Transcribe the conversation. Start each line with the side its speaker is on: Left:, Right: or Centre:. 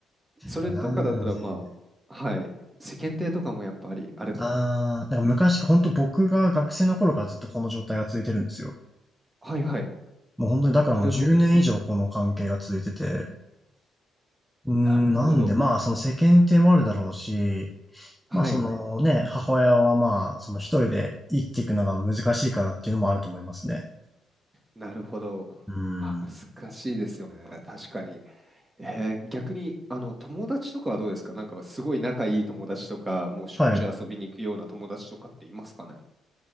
Right: それとかだったら、
Centre: まあ、なんで、
Right: まあ、はい、世間体とかもやっぱり、あれとか、
Centre: あー、なんか昔、本当僕が学生の頃からずっとこの状態が続いてるんですよ。
Right: はいはい、
Centre: もう本当にだからもう10年以上この関係が続いてて、
Right: なるほど、
Centre: うーん、
Right: なるほど、
Centre: なんで、まあその世間体もあるだろうし、
Right: はい、
Centre: まあそはい。のね、母親はまあその一人で生きていくのが難しいからっていうのもあると思いますね。
Right: なるほど。
Centre: うーん。
Right: まあ、難しいですよね、確かに。えー逆に、あの、友達とかはどうですかなんか、すごい仲いい友達とか、もうしょっちゅう遊びに行くような友達とかっていますかね
Centre: はい。